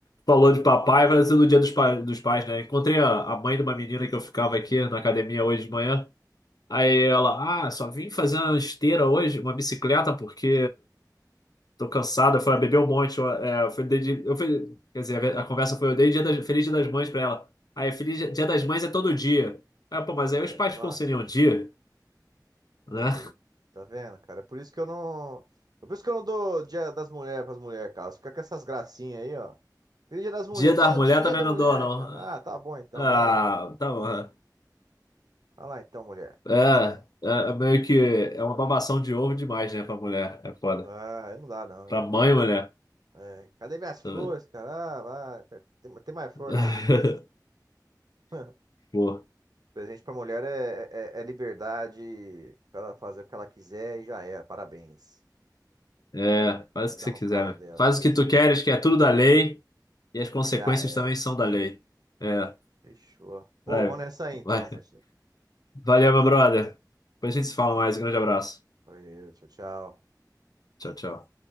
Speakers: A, on the left; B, on the right.
A: Falou de papai, vai ser no dia dos, pa- dos pais, né? Encontrei a, a mãe de uma menina que eu ficava aqui na academia hoje de manhã. Aí ela, ah, só vim fazer uma esteira hoje, uma bicicleta, porque Tô cansado, foi beber um monte. Eu, é, eu fui, dei de- eu fui- quer dizer, a, conversa foi: eu dei dia das- Feliz Dia das Mães pra ela. Aí, Feliz Dia Dia das Mães é todo dia. Aí, pô, mas aí os
B: É,
A: pais
B: clássica.
A: ficam sem nenhum dia,
B: Aí,
A: né?
B: tá vendo, cara? É por isso que eu não. É por isso que eu não dou dia das mulheres pras mulheres, cara. Fica com essas gracinhas aí, ó. Tem dia das mulheres.
A: Dia das
B: Todo
A: Mulheres
B: dia é dia
A: também
B: da
A: não
B: mulher,
A: dou, não.
B: cara. Ah, tá bom então,
A: Ah,
B: vai.
A: tá bom.
B: Vai lá então, mulher.
A: É, é, é é meio que é uma babação de ovo demais, né, pra mulher. É foda.
B: Ah, aí não dá, não.
A: Pra mãe, mulher.
B: É, cadê minhas flores,
A: Tá vendo?
B: cara? Ah, vai, tem, tem mais flor,
A: <laughs>
B: não. <laughs>
A: Pô,
B: Presente pra mulher é, é, é liberdade pra ela fazer o que ela quiser e já é. Parabéns.
A: é, faz o
B: Dá
A: que você
B: no
A: quiser,
B: calo
A: meu
B: dela.
A: filho. Faz
B: tá
A: o que
B: isso
A: tu
B: aí.
A: queres, que é tudo da lei, e as consequências
B: Já é.
A: também são da lei. É,
B: Fechou. Pô,
A: vai,
B: vou nessa aí então,
A: vai.
B: parceiro.
A: Valeu, meu brother. Depois a gente se fala mais. Um grande abraço.
B: Valeu, tchau, tchau.
A: Tchau, tchau.